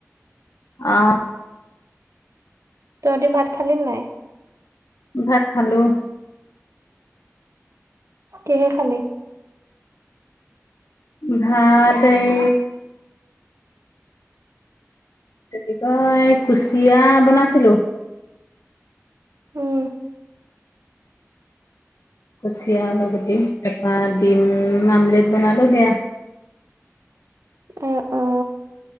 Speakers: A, on the left; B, on the right.
A: অ।
B: তহঁতি ভাত খালি নে নাই?
A: ভাত খালো।
B: কিহে খালি?
A: ভাত এই কি কয় কুচিয়া বনাইছিলো।
B: উম।
A: কুচিয়া আলু গুটি, তাৰপৰা ডিম আমলেট বনালোঁ সেয়া।
B: এ অ